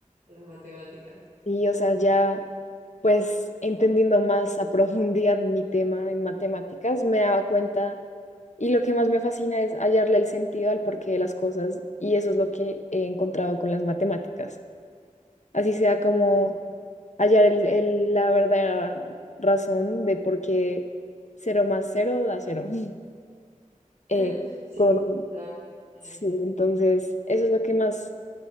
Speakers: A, on the right (about 75°); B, on the left (about 60°).
A: a las matemáticas.
B: Sí, o sea, ya pues entendiendo más a profundidad mi tema en matemáticas, me daba cuenta y lo que más me fascina es hallarle el sentido al porqué de las cosas y eso es lo que he encontrado con las matemáticas. Así sea como
A: Sí,
B: hallar el- el- la verdadera razón de por qué cero más cero da cero. <laughs> Eh,
A: <laughs> sí,
B: con,
A: la- eh,
B: sí, entonces eso es lo que más